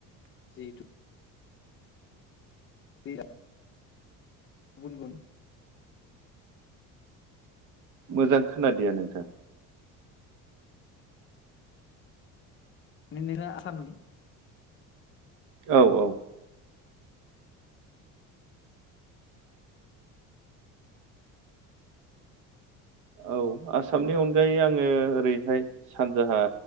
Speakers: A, on the left (about 35°); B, on the right (about 65°).
A: जिहेथु बैया गुबुन गुबुन
B: मोजां खोनादिया नोंथां
A: माने नोङो आसामनि
B: औ औ औ आसामनि अनगायै आङो ओरैहाय सानजाहा